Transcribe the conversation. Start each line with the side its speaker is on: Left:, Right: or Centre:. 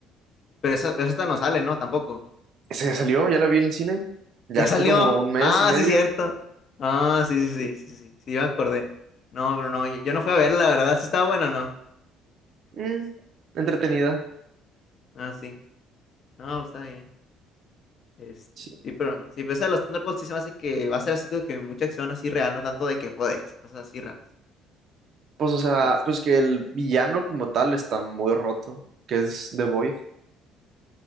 Left: Pero esa, pero esta no sale, ¿no? Tampoco.
Right: Esa ya salió, ya la vi en el cine. Ya
Left: Ya
Right: hace
Left: salió.
Right: como un mes
Left: Ah,
Right: y medio.
Left: sí, cierto. Ah, sí, sí, sí, sí, sí, sí, sí, yo me acordé. No, pero no, yo, yo no fui a verla, la verdad. Sí estaba buena o no.
Right: Mm, entretenida.
Left: Ah, sí. No, está bien. Este,
Right: Sí.
Left: sí, pero sí, pero esa de los Thunderbolts sí se me hace que va a ser así como que mucha acción así real, no tanto de que poderes, cosas así raras.
Right: Pues, o sea,
Left: Este,
Right: pues que el villano como tal está muy roto, que es The Void.